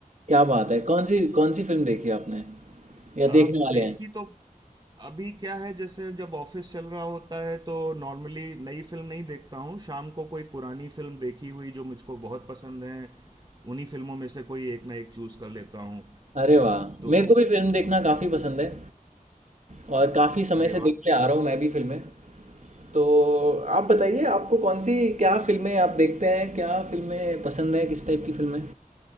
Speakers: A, on the right; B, on the right.
A: क्या बात है कौन सी कौन सी फिल्म देखी आपने या
B: अब
A: देखने वाले
B: देखी
A: हैं
B: तो अभी क्या है जैसे जब ऑफिस चल रहा होता है तो नॉर्मली नई फिल्म नहीं देखता हूँ शाम को कोई पुरानी फिल्म देखी हुई जो मुझको बहुत पसंद है उन्हीं फिल्मों में से कोई एक ना एक चूज कर लेता हूँ
A: अरे वाह
B: तो
A: मेरे को भी फिल्म देखना काफ़ी पसंद है और काफ़ी समय
B: अरे
A: से
B: वाह
A: देखते आ रहा हूँ मैं भी फिल्में तो आप बताइए आपको कौन सी क्या फिल्में आप देखते हैं क्या फिल्में पसंद हैं किस टाइप की फिल्में